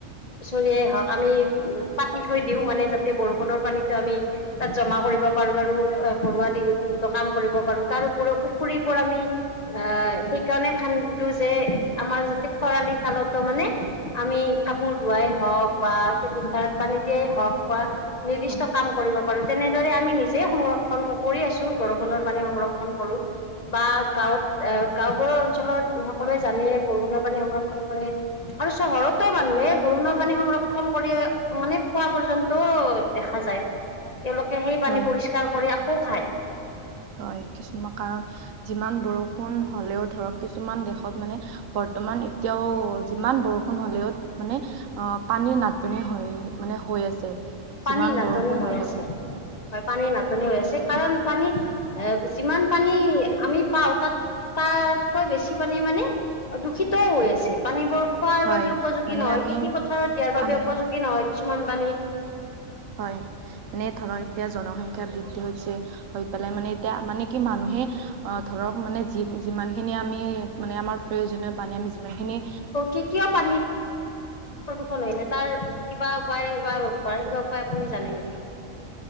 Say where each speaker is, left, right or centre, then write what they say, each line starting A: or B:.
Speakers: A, on the left; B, on the right.
A: চৰিয়াই হওক আমি ও পাতি থৈ দিওঁ মানে যাতে বৰষুণৰ পানীতো আমি তাত জমা কৰিব পাৰো আৰু ঘৰুৱা দি বহুতো কাম কৰিব পাৰো। তাৰোপৰিও পুখুৰীৰ পৰা আমি অ সেইকাৰণে খান্দো যে আমাৰ যাতে খৰালি কালতো মানে আমি কাপোৰ ধোৱাই হওক বা খেতি পথাৰত পানী দিয়েই হওক বা নিৰ্দিষ্ট
B: হয়
A: কাম কৰিব কৰো। তেনেদৰে আমি নিজে সংৰক্ষণ কৰি আছো, বৰষুণৰ পানী সংৰক্ষণ কৰো। বা গাঁৱত এ গাঁওবোৰৰ অঞ্চলত সকলোৱে জানে বৰষুণৰ পানী সংৰক্ষণ কৰে। আৰু চহৰতো মানুহে বৰষুণৰ পানী সংৰক্ষণ কৰি অনেক খোৱা পৰ্যন্ত দেখা যায়। তেওঁলোকে সেই পানী
B: হয়।
A: পৰিষ্কাৰ কৰি আকৌ খায়।
B: হয়। কিছুমান কাৰণ যিমান বৰষুণ হ'লেও ধৰক কিছুমান দেশত মানে বৰ্তমান এতিয়াও যিমান বৰষুণ হ'লেও মানে অঁ, পানীৰ নাটনি হৈ, মানে হৈ আছে।
A: পানীৰ
B: যিমান
A: নাটনি
B: বৰষুণ
A: হৈ
B: হলে
A: আছে।
B: মানে
A: হয়, পানীৰ নাটনি হৈ আছে। কাৰণ পানী এ যিমান পানী আমি পাওঁ তাত তাতকৈ বেছি পানী মানে দূষিতও হৈ আছে পানীবোৰ খোৱাৰ
B: হয়
A: বাবে উপযোগী
B: মানে
A: নহয়,
B: আমি
A: খেতি পথাৰত দিয়াৰ বাবে
B: আমি
A: উপযোগী নহয় কিছুমান পানী।
B: হয়, মানে ধৰক এতিয়া জনসংখ্যা বৃদ্ধি হৈছে। হৈ পেলাই মানে এতিয়া মানে কি মানুহে অ ধৰক মানে যি যিমানখিনি আমি মানে, আমাৰ প্ৰয়োজনীয় পানী আমি যিমানখিনি
A: কি কিয় পানীৰ প্ৰদূষণ হৈছে তাৰ কিবা উপায় বা ৰোধ কৰাৰ কিবা উপায় আপুনি জানে নেকি?